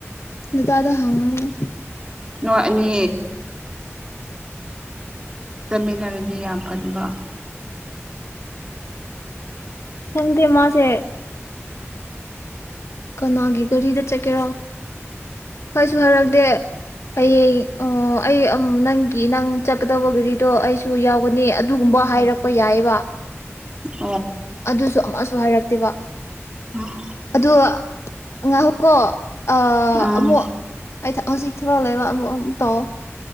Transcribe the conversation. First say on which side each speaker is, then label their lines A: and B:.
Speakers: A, on the left; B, on the right.
A: ꯅꯗꯥꯥꯗ ꯍꯪꯉ
B: ꯅꯣꯏ ꯑꯅꯤ ꯆꯠꯃꯤꯟꯅꯔꯗꯤ ꯌꯥꯝ ꯐꯟꯕ
A: ꯈꯪꯗꯦ ꯃꯥꯁꯦ ꯀꯅꯥꯒꯤ ꯒꯥꯔꯤꯗ ꯆꯠꯀꯦꯔꯣ ꯍꯥꯏꯁꯨ ꯍꯥꯏꯔꯛꯗꯦ ꯍꯌꯦꯡ ꯑꯣ ꯑꯩ ꯑꯣ ꯅꯪꯒꯤ ꯅꯪ ꯆꯠꯀꯗꯕ ꯒꯥꯔꯤꯗꯣ ꯑꯩꯁꯨ ꯌꯥꯎꯒꯅꯤ ꯑꯗꯨꯒꯨꯝꯕ ꯍꯥꯏꯔꯛꯄ ꯌꯥꯏꯕ
B: <inaudible>
A: ꯑꯗꯨꯁꯨ ꯑꯃꯁꯨ ꯍꯥꯏꯔꯛꯦ ꯇꯦꯕ
B: ꯎꯝ
A: ꯑꯗꯣ ꯉꯍꯨꯀꯣ ꯑ
B: ꯎꯝ
A: ꯃꯣ ꯑ ꯍꯧꯖꯤꯛ ꯊꯕꯛ ꯂꯩꯕ ꯑꯃꯨꯛ ꯑꯃꯨꯛ ꯇꯧ ꯑꯣ